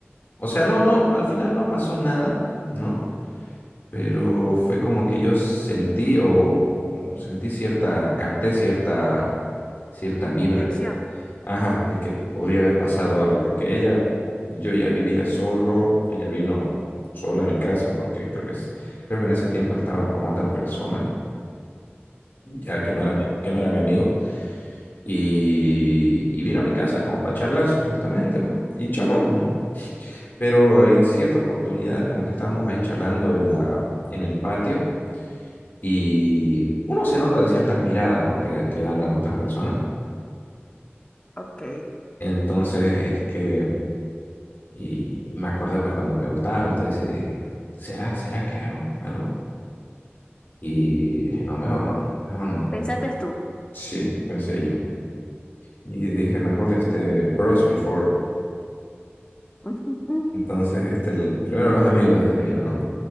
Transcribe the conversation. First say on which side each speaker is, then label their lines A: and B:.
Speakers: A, on the left (about 55°); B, on the left (about 25°).
A: O sea, no, no, al final no pasó nada, ¿no? Pero fue como que yo sentí o, o sentí cierta, capté cierta, cierta vibra
B: Intención.
A: de, ajá, de que podía haber pasado algo, porque ella, yo ya vivía solo, ella vino sola a mi casa, porque creo que, es- creo que en ese tiempo estaba con otra persona, ya que
B: Ok,
A: no era mi, que no era mi amigo, y, y vino a mi casa como para charlar supuestamente, ¿no? Y charlamos, ¿no? Pero en ciertas oportunidades como que estábamos ahí charlando en la, en el patio y uno se nota de ciertas miradas, ¿no? que, que dan las otras personas.
B: ok.
A: Entonces es que, y, y me acordé pues cuando me gustaba, entonces dije, ¿será, será que hago algo? Y dije, no, mejor no, mejor no.
B: Pensaste tú.
A: Sí, pensé yo. Y dije, mejor este, bros before.
B: <laughs> Ujú, ujú.
A: Entonces, este, el- primero los amigos, dije yo, ¿no?